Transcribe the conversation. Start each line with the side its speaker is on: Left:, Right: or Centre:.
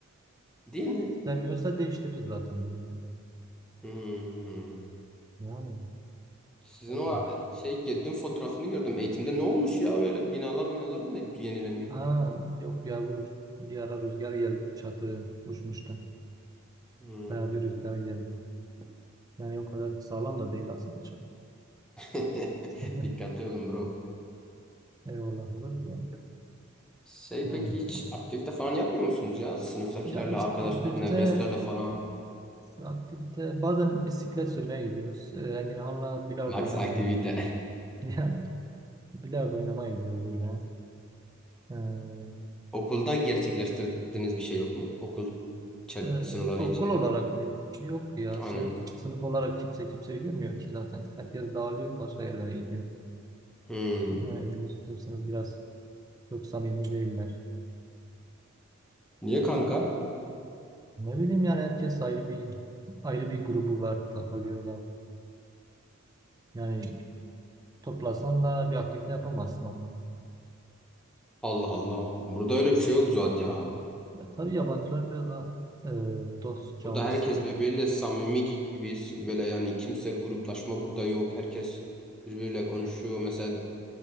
Centre: değil mi?
Right: Sevmiyorsa değiştirir zaten bölümünü.
Centre: Hmm.
Right: Yani
Centre: Sizin
Right: öyle.
Centre: o e, şey Geddin fotoğrafını gördüm. Eğitimde ne olmuş ya böyle binalar binalar mı yenileniyor?
Right: Ha, yok ya bu bir ara rüzgar geldi. Çatı uçmuştu.
Centre: Hmm.
Right: Bayağı bir rüzgar geldi. Yani o kadar sağlam da değil aslında çok.
Centre: <laughs>
Right: <laughs>
Centre: Dikkatli olun bro.
Right: Eyvallah olur da.
Centre: Şey
Right: Yani,
Centre: peki hiç
Right: evet.
Centre: aktivite falan yapmıyor musunuz ya? Sınıftakilerle,
Right: ya işte
Centre: arkadaşlar,
Right: aktivite
Centre: nevreslerle falan.
Right: aktivite bazen bisiklet sürmeye gidiyoruz. Ee, Emirhan'la bilardo
Centre: Max
Right: oynamaya
Centre: aktivite.
Right: gidiyoruz. <laughs> Yani bilardo oynamaya gidiyoruz öyle. Ee,
Centre: <laughs> Okulda gerçekleştirdiğiniz bir şey yok mu? Okul içer-
Right: e,
Centre: sınırları
Right: okul
Centre: içinde.
Right: olarak mı? Yok ya
Centre: Aynen.
Right: sınıf sınıf olarak kimse kimseyi görmüyor ki zaten. Herkes dağılıyor başka yerlere gidiyor.
Centre: Hmm.
Right: Yani biliyorsun bizim sınıf biraz çok samimi değiller.
Centre: Niye kanka?
Right: Ne bileyim yani herkes ayrı bir ayrı bir grubu var takılıyorlar. Yani toplasan da bir aktivite yapamazsın onları.
Centre: Allah Allah. Burada öyle bir şey yok zaten ya.
Right: Ya tabii yabancılar biraz daha e, dost canlısı.
Centre: Burada herkes birbiriyle samimi gibi böyle yani kimse gruplaşma burada yok. Herkes birbiriyle konuşuyor. Mesela